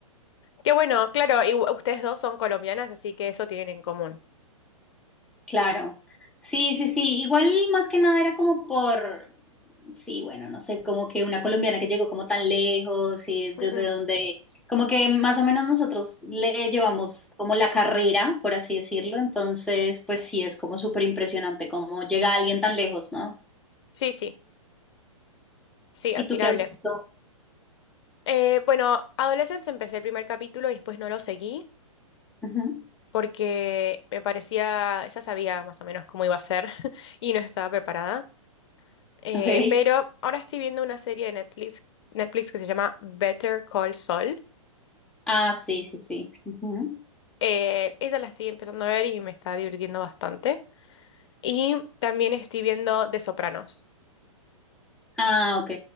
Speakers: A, on the left (about 50°); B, in the centre.
A: Qué bueno, claro, y u- ustedes dos son colombianas, así que eso tienen en común.
B: Claro. Sí, sí, sí. Igual más que nada era como por, sí, bueno, no sé, como que una colombiana que llegó como tan lejos y desde
A: Mm, mm.
B: donde, como que más o menos nosotros le llevamos como la carrera, por así decirlo. Entonces, pues sí, es como súper impresionante cómo llega alguien tan lejos, ¿no?
A: Sí, sí, sí, admirable.
B: ¿Y tú qué has visto?
A: Eh, bueno, Adolescence empecé el primer capítulo y después no lo seguí.
B: Ujú.
A: porque me parecía, ya sabía más o menos cómo iba a ser <laughs> y no estaba preparada. Eh,
B: Ok.
A: pero ahora estoy viendo una serie de Netflix, Netflix que se llama Better Call Saul.
B: Ah, sí, sí, sí. Ujú.
A: Eh, esa la estoy empezando a ver y me está divirtiendo bastante. Y también estoy viendo The Sopranos.
B: Ah, ok.